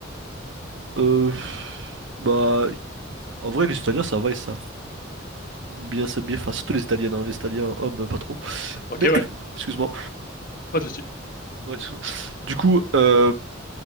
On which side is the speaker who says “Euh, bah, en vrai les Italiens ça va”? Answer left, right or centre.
Right